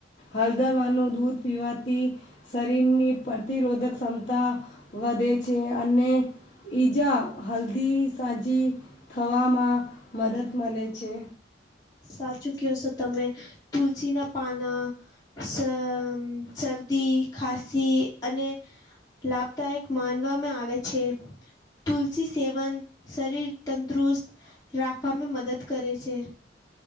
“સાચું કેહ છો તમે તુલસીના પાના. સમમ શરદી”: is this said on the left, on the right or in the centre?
Left